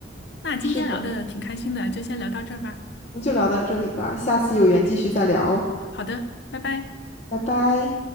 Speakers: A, on the left (about 60°); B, on the left (about 35°).
A: 那今天聊的挺开心的，
B: 是的，
A: 就先聊到这儿吧。
B: 那就聊到这里吧，下次有缘继续再聊，
A: 好的，拜拜。
B: 拜拜。